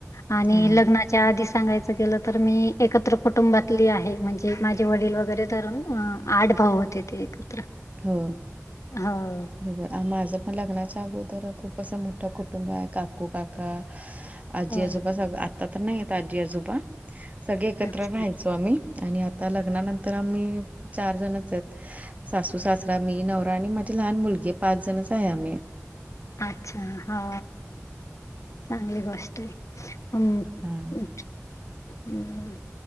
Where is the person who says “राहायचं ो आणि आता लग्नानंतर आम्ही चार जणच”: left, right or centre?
Right